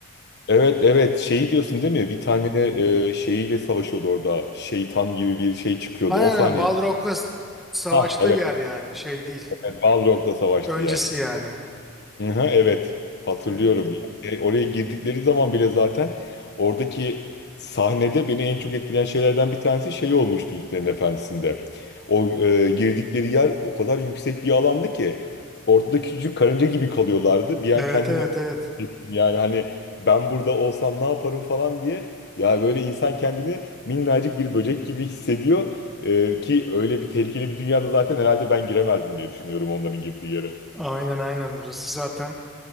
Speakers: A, on the left; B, in the centre.
A: Evet evet şeyi diyorsun değil mi? Bir tane e, şeyiyle savaşıyordu orada. Şeytan gibi bir şey çıkıyordu.
B: Aynen
A: O sahneyi.
B: aynen. Balrog'la s- savaştığı
A: Ha evet.
B: yer yani şey değil.
A: evet Balrog'la savaştı
B: Öncesi
A: yer.
B: yani.
A: Hı hı, evet. Hatırlıyorum.
B: E,
A: Yani oraya girdikleri zaman bile zaten oradaki sahnede beni en çok etkileyen şeylerden bir tanesi şey olmuştu Yüzüklerin Efendisi'nde. O e, girdikleri yer o kadar yüksek bir alandı ki ortada küçücük karınca gibi kalıyorlardı. Bir an
B: evet
A: kendimi
B: evet evet.
A: Yani hani ben burada olsam ne yaparım falan diye ya böyle insan kendini minnacık bir böcek gibi hissediyor Ee, ki öyle bir tehlikeli bir dünyada zaten herhalde ben giremezdim diye düşünüyorum onların girdiği yere.
B: Aynen aynen orası zaten